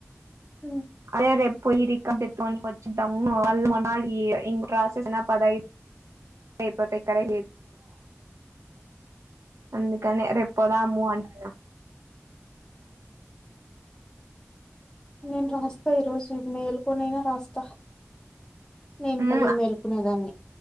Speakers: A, on the left; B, on the right.
A: ఉ
B: అదే రే పోయి రికార్ ఎ అని వచ్చిద్దాముళ్ళ మ ఇ క్సె పదదుపో కరే అందు కాని రేపుపోదాము అంటారు
A: నేను రాస్తా ఈరోజు మేల్కొనైనా రాస్తా నేను
B: ఉ
A: భలే మేల్కునేదాన్ని